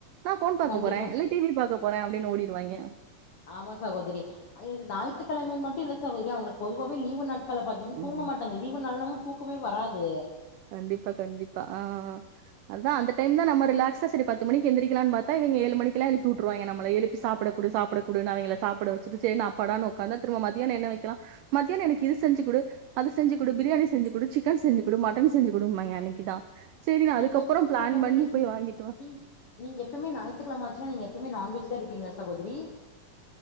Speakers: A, on the right (about 90°); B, on the left (about 45°).
A: நான் ஃபோன் பாக்க
B: கண்டிப்பா
A: போறே இல்ல டிவி பாக்க போறே அப்டின் ஓடிடுவாய்ங்க
B: ஆமா சகோதிரி இது ஞாயித்துக்கெழமன் மட்டும் இல்ல சகோதிரி அவங்களுக்கு பொதுவாவே லீவு நாட் கள பாத்தீங்கன்னா தூங்க
A: ம்.
B: மாட்டாங்க தீப நாள்லலா தூக்கமே வராது
A: கண்டிப்பா கண்டிப்பா ஆ அதான் அந்த டைம் தா நம்ம ரிலாக்ஸா செரி பத்து மணி எந்திரிக்கலான்னு பாத்தா இவங்க ஏழு மணிக்கலா எழுப்பி உட்டுருவாங்க நம்மள எழுப்பி சாப்ட குடு சாப்ட குடுன் அவங்கள சாப்ட வச்சிட்டு செரின் அப்பாடானா உக்காந்தா திரும்ப மதியானம் என்ன வைக்கலா மத்தியானம் எனக்கு இது செஞ்சி குடு அது செஞ்சி குடு பிரியாணி செஞ்சி குடு சிக்கன் செஞ்சி குடு மட் டன் செஞ்சி குடும்பாங்க அன்னைக்கு தா செரி நா
B: நீங்க
A: அதுக்கப்புறம்
B: எப்டி
A: பிளான்
B: சகோதரி
A: பண்ணி போயி வாங்கிட்டு வ
B: நீங்க நீங்க எப்பயுமே ஞாயித்துக்கெழம ஆச்சின்னா நீங்க எப்பமே நான்வெஜ் தா எடுப்பிங்களா சகோதிரி